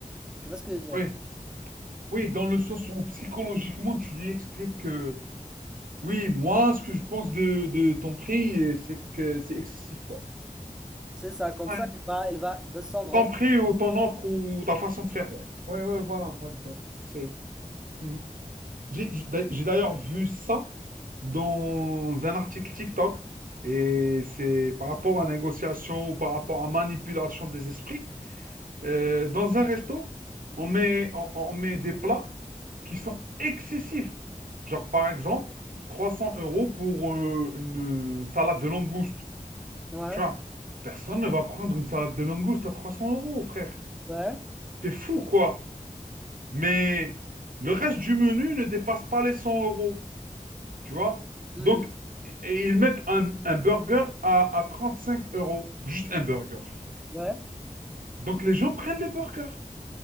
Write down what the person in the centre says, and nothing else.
Tu vois ce que je veux dire?
C'est ça, comme
ça, elle va, elle va descendre
encore.
Ouais,
ouais,
hmm,
ouais.